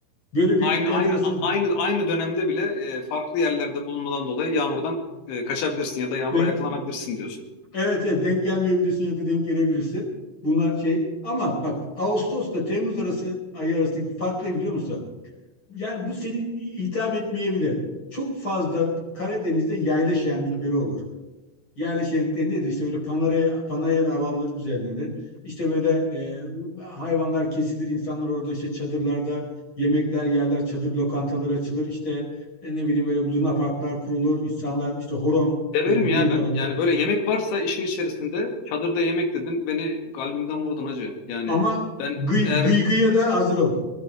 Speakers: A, on the left; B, on the left.
A: Böyle bir
B: Aynı
A: enteresan.
B: aynı a- aynı aynı dönemde bile e, farklı yerlerde bulunmadan dolayı yağmurdan e, kaçabilirsin ya da yağmura
A: Yani
B: yakalanabilirsin diyorsun.
A: evet evet denk gelmeyebilirsin ya da denk gelebilirsin. Bunlar şey ama bak Ağustos'ta Temmuz arası ayı arasındaki fark ne biliyor musun? Yani bu seni hitap etmeyebilir. Çok fazla Karadeniz'de yayla şenlikleri olur. yerli şenlikleri nedir? İşte böyle panayır, panayır alanları düzenlenir. İşte böyle e, hayvanlar kesilir, insanlar orada işte çadırlarda yemekler yerler, çadır lokantaları açılır. İşte e, ne bileyim böyle luna parklar kurulur. insanlar işte horon
B: Severim
A: böyle
B: ya
A: büyük
B: ben.
A: alanda.
B: Yani böyle yemek varsa işin içerisinde çadırda yemek dedin beni kalbimden vurdun hacı. Yani
A: Ama
B: ben
A: gıy,
B: eğer
A: gıy gıya da hazır ol.